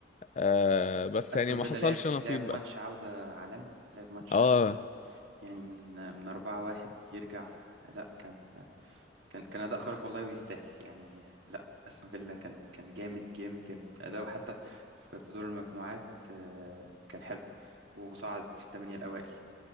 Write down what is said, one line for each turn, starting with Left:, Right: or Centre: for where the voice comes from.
Left: آه بس
Right: استون
Left: يعني ما
Right: فيلا
Left: حصلش
Right: لعب
Left: نصيب
Right: لعب ماتش
Left: بقى
Right: عوده عالمي لعب ماتش
Left: اه
Right: عالمي يعني من من 4 1 يرجع لا كان كان كان اداء خارق والله ويستاهل يعني لا استون فيلا كان كان جامد جامد جامد اداؤه حتى في في دور المجموعات آه، كان حلو وصعد في الثمانيه الاوائل